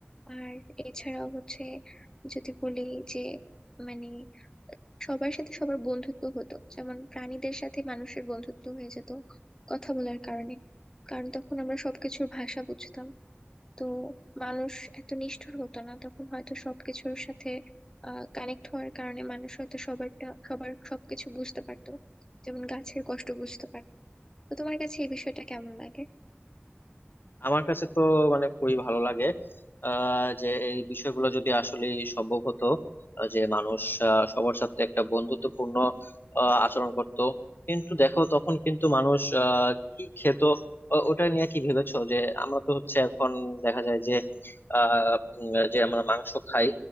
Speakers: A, on the left; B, on the left.
A: আর এছাড়াও হচ্ছে যদি বলি যে মানে সবার সাথে সবার বন্ধুত্ব হতো যেমন প্রাণীদের সাথে মানুষের বন্ধুত্ব হয়ে যেত কথা বলার কারণে কারণ তখন আমরা সবকিছুর ভাষা বুঝতাম তো মানুষ এত নিষ্ঠুর হতো না তখন হয়তো সবকিছুর সাথে আহ কানেক্ট হওয়ার কারণে মানুষ হয়তো সবারটা সবার সবকিছু বুঝতে পারতো যেমন গাছের কষ্ট বুঝতে পারতো তো তোমার কাছে এই বিষয়টা কেমন লাগে
B: আমার কাছে তো মানে খুবই ভালো লাগে আহ, যে এই বিষয়গুলো যদি আসলে সম্ভব হতো আহ, যে মানুষ আহ, সবার সাথে একটা বন্ধুত্বপূর্ণ আহ, আচরণ করত কিন্তু দেখো তখন কিন্তু মানুষ আহ, কি খেত ও- ওটা নিয়ে কি ভেবেছো যে আমরা তো হচ্ছে এখন দেখা যায় যে আহ উম, যে আমরা মাংস খাই